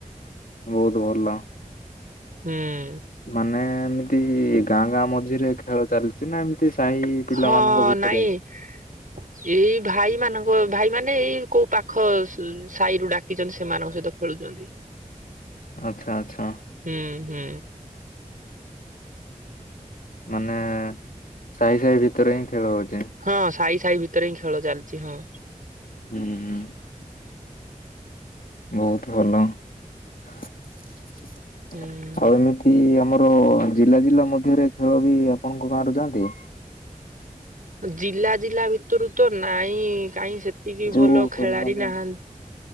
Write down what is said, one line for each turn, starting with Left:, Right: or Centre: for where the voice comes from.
Left: ବହୁତ୍ ଭଲ
Right: ହୁଁ।
Left: ମାନେ ଏମିତି ଗାଁ ଗାଁ ମଝିରେ ଖେଳ ଚାଲିଛି ସିନା ଏମିତି ସାହି ପିଲାମାନଙ୍କ
Right: ହଁ
Left: ଭିତରେ
Right: <inaudible> ଏଇ ଭାଇମାନାନଙ୍କ ଭାଇମାନେ ଏଇ କୋଉ ପାଖ ସାହିରୁ ଡାକିଛନ୍ତି ସେମାନଙ୍କ ସହିତ ଖେଳୁଛନ୍ତି।
Left: ଆଛା ଆଛା
Right: ହୁଁ ହୁଁ।
Left: ମାନେ ସାହି ସାହି ଭିତରେ ହିଁ ଖେଳ ହଉଛି।
Right: ହଁ ସାହି ସାହି ଭିତରେ ହିଁ ଖେଳ ଚାଲିଛି ହଁ।
Left: ହୁଁ ହୁଁ। ବହୁତ୍ ଭଲ ଆଉ
Right: ହୁଁ।
Left: ଏମିତି କି ଆମର ଜିଲ୍ଲା ଜିଲ୍ଲା ମଧ୍ୟରେ ଖେଳ ବି ଆପଣଙ୍କ ଗାଁରୁ ଯାଆନ୍ତି।
Right: ଜିଲ୍ଲା ଜିଲ୍ଲା ଭିତରୁ ତ ନାଇଁ କାଇହିଁ ସେତିକି
Left: ଯୋଉ
Right: ଭଲ
Left: ଟୁର୍ଣ୍ଣାମେଣ୍ଟ
Right: ଖେଳାଳି ନାହାଁନ୍ତି।